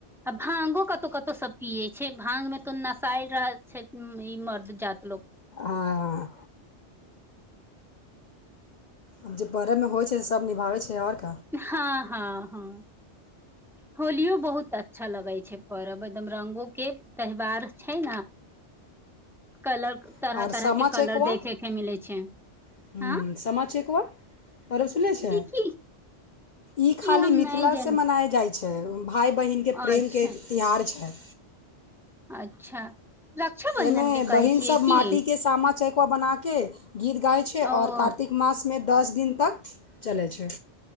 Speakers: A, in the centre; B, on the left.
A: आ भांगो कतौ कतौ सब पिये छै भाँगमे तऽ नसायल रहै छै ई मर्द जात लोक
B: आहा आ जे पढ़ैमे होइ छै से सब निभाबै छै ओर
A: हाँ हाँ हाँ होलियो बहुत अच्छा लगै छै परब एकदम रंगो के त्यौवार छै ना कलर
B: आओर
A: तरह तरह
B: सामा
A: के कलर
B: चकेवा
A: देखे के मिले छै
B: हम्म,
A: ह
B: सामा चकेवा पर्व सुनले छै
A: ई की
B: ई खाली
A: हम
B: मिथिलासे
A: नहि जानी
B: मनायल जाइत छै <inaudible> भाई बहिनके प्रेमके
A: अच्छा
B: तिहार छै
A: अच्छा रक्षाबन्धन
B: एमे
A: के
B: बहिन
A: कहै छियै
B: सब
A: की
B: माटी के सामा चक को बना के गीत गाइ छै
A: ओ
B: ओर कार्तिक मासमे दस दिन तक चलै छै